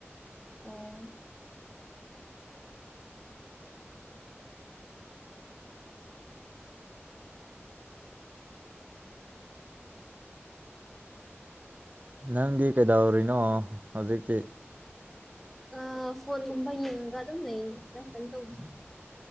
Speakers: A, in the centre; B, on the right (about 40°).
A: ꯑꯣ
B: ꯅꯪꯗꯤ ꯀꯩꯗꯧꯔꯤꯅꯣ ꯍꯧꯖꯤꯛꯇꯤ
A: ꯑ ꯐꯣꯟꯒꯨꯝꯕ ꯌꯦꯡꯉꯒ ꯑꯗꯨꯝ ꯂꯩꯗ ꯀꯩꯝ ꯇꯧꯗꯦ